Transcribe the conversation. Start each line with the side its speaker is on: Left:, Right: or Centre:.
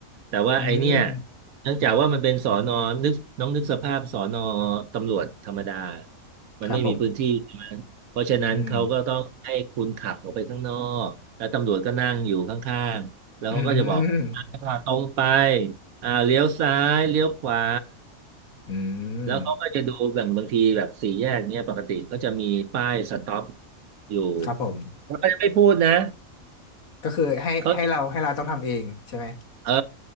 Right: แต่ว่าไอเนี่ย
Left: อืม
Right: เนื่องจากว่ามันเป็นสอนอนึกน้องนึกสภาพสอนอตำรวจธรรมดามันไม่มีพื้นที่ใช่ไหมเพราะฉะนั้นเขาก็ต้องให้คุณขับออกไปข้างนอกแล้วตำรวจก็นั่งอยู่ข้างๆแล้วเขาก็จะบอก
Left: ครับผมอืมอืม
Right: ตรงไปอ่าเลี้ยวซ้ายเลี้ยวขวา
Left: อืม
Right: แล้วเขาก็จะดูแบ่งบางทีแบบสี่แยกเนี้ยปกติก็จะมีป้ายสต็อปอยู่
Left: ครับผม
Right: แล้วก็จะไม่พูดนะ
Left: ก็คือให้ให้เราให้เราต้องทำเองใช่ไหม
Right: เขา เออ